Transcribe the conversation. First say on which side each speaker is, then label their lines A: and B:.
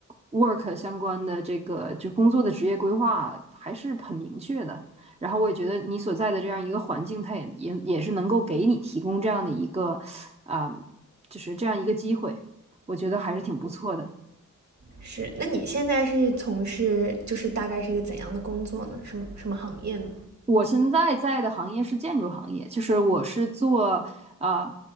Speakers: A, on the right; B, on the right.
A: work 相关的这个就工作的职业规划还是很明确的。然后我也觉得你所在的这样一个环境，它也也也是能够给你提供这样的一个，啊、就是这样一个机会，我觉得还是挺不错的。
B: 是，那你现在是从事就是大概是一个怎样的工作呢？什么什么行业呢？
A: 我现在在的行业是建筑行业，就是我是做啊、